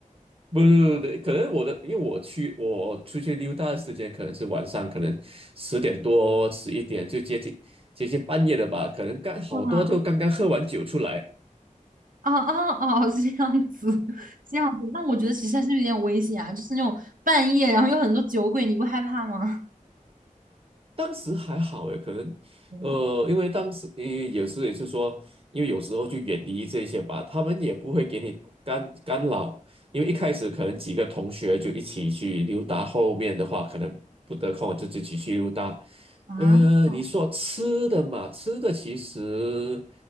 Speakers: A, on the right; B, on the right.
A: 不不不，可能我的，因为我去我出去溜达的时间可能是晚上，可能十点多十一点就接近接近半夜了吧，可能刚好多都刚刚喝完酒出来。
B: 哇哦哦哦，是这样子，<laughs> 这样子。那我觉得其实还是有点危险啊，就是那种半夜，然后有很多酒鬼，你不害怕吗？
A: 当时还好诶，可能，
B: 天呐
A: 呃，因为当时你有时也是说，因为有时候就远离这些吧，他们也不会给你干干扰，因为一开始可能几个同学就一起去溜达，后面的话可能不得空就自己去溜达。
B: 啊，
A: 呃，
B: <laughs>
A: 你说吃的嘛，吃的其实